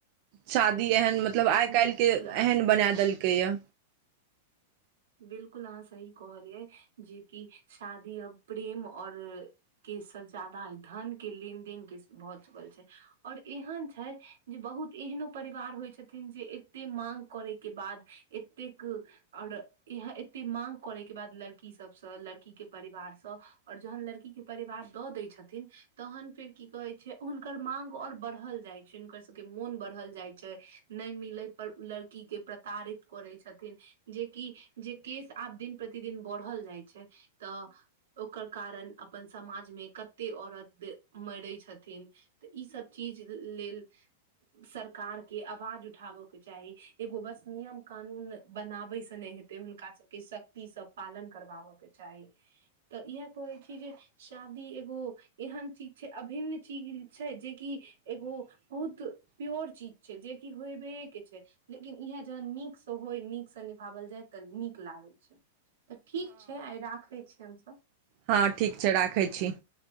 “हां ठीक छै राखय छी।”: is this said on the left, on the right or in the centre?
Right